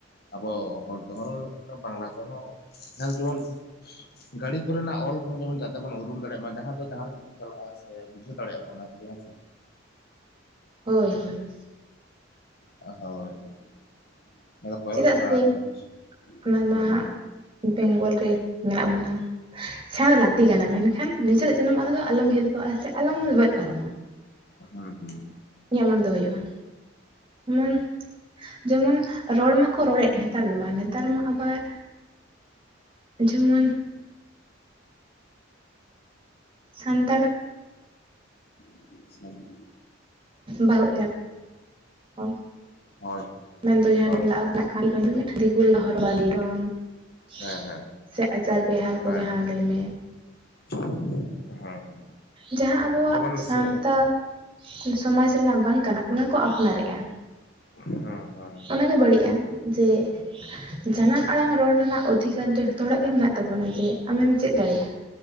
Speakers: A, on the left (about 50°); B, on the right (about 25°).
A: ᱟᱵᱚ ᱦᱚᱲ ᱛᱮᱦᱚᱸ ᱨᱚᱲ ᱞᱟᱠᱛᱤ ᱠᱟᱱᱟ, ᱵᱟᱝᱞᱟ ᱛᱮᱦᱚᱸ ᱡᱟᱦᱟ ᱫᱚ ᱡᱚᱢᱚᱱ ᱜᱟᱹᱲᱤ ᱠᱚᱨᱮᱱᱟᱜ ᱚᱞ ᱠᱚᱦᱚᱸ ᱡᱮᱢᱚᱱ ᱡᱟ ᱛᱮ ᱵᱚᱱ ᱩᱨᱩᱢ ᱫᱟᱲᱮᱜ ᱢᱟ ᱡᱟᱦᱟᱸ ᱫᱚ ᱡᱟᱦᱟᱸ ᱨᱮᱜᱮᱵᱚᱱ ᱪᱟᱞᱟᱜ-ᱟ ᱥᱮ ᱵᱩᱡᱷᱟᱹᱣ ᱫᱟᱲᱮᱜᱟᱵᱚᱱ ᱟᱨᱠᱤ ᱦᱮᱸᱥᱮ᱾
B: ᱦᱳᱭ ᱦᱳᱭ᱾
A: ᱦᱳᱭ <unintelligible>
B: ᱪᱮᱫᱟᱜ ᱥᱮ ᱚᱱᱟ
A: ᱦᱩᱸ᱾
B: ᱢᱟ ᱵᱮᱝᱜᱚᱞ ᱨᱮ ᱢᱮᱱᱟᱜ ᱵᱚᱱᱟ ᱥᱮᱬᱟ ᱫᱚ ᱞᱟᱹᱠᱛᱤ ᱠᱟᱱᱟ ᱢᱮᱱᱠᱷᱟᱱ ᱱᱤᱡᱮᱨᱟᱜ ᱡᱟᱱᱟᱢ ᱟᱲᱟᱜ ᱫᱚ ᱟᱞᱚᱢ ᱦᱤᱨᱠᱟᱹᱣᱟᱜ-ᱟ, ᱥᱮ ᱟᱞᱚᱢ ᱞᱮᱵᱮᱫ ᱯᱟᱨᱚᱢ-ᱟ᱾
A: ᱦᱩᱸ ᱦᱩᱸ᱾
B: ᱤᱧᱟᱜ ᱢᱚᱱᱮ ᱫᱚ ᱦᱳᱭᱳᱜ-ᱟ ᱮᱢᱚᱱ ᱡᱮᱢᱚᱱ ᱨᱚᱲ ᱢᱟᱠᱚ ᱨᱚᱲᱮᱫ ᱦᱮᱛᱟᱨ ᱫᱚ ᱵᱟᱝ ᱱᱮᱛᱟᱨ ᱢᱟ ᱟᱵᱟᱨ ᱡᱮᱢᱚᱱ ᱥᱟᱱᱛᱟᱲ
A: <inaudible>
B: ᱵᱟᱦᱩ ᱮᱨᱟ ᱠᱚ
A: ᱦᱳᱭ
B: ᱢᱮᱱᱫᱚ ᱡᱟᱦᱟᱸᱭ
A: ᱦᱳᱭ
B: ᱵᱟᱯᱞᱟ <unintelligible> ᱫᱤᱠᱩ ᱞᱮᱠᱟ ᱦᱚᱨᱚᱜ ᱵᱟᱸᱫᱮ <unintelligible>
A: ᱦᱮᱸ ᱦᱳᱭ ᱦᱳᱭ ᱦᱮᱸ
B: ᱥᱮ ᱟᱪᱟᱨ ᱵᱮᱦᱟᱨ ᱠᱚ
A: ᱦᱮᱸ
B: ᱡᱟᱦᱟᱸ ᱞᱟᱹᱭ ᱢᱮ
A: <unintelligible>
B: ᱡᱟᱦᱟᱸ ᱟᱵᱚᱣᱟᱜ
A: ᱡᱮᱢᱚᱱ
B: ᱥᱟᱶᱛᱟ
A: ᱥᱮ
B: ᱥᱚᱢᱟᱡᱽ ᱨᱮᱱᱟᱜ ᱵᱟᱝ ᱠᱟᱱᱟ ᱚᱱᱟ ᱠᱚ ᱟᱯᱱᱟᱨᱮᱜ-ᱟ᱾
A: ᱦᱩᱸ ᱦᱩᱸ᱾
B: ᱚᱱᱟᱜᱮ ᱵᱟᱹᱲᱤᱡ-ᱟ ᱡᱮ ᱡᱟᱱᱟᱢ ᱟᱲᱟᱝ ᱨᱚᱲ ᱨᱮᱱᱟᱜ ᱚᱫᱷᱤᱠᱟᱨ ᱫᱚ ᱡᱷᱚᱛᱚ ᱦᱚᱲᱟᱜ ᱜᱮ ᱢᱮᱱᱟᱜ ᱛᱟᱵᱚᱱᱟ, ᱡᱮ ᱟᱢᱮᱢ ᱪᱮᱫ ᱫᱟᱲᱮᱭᱟᱜ-ᱟ᱾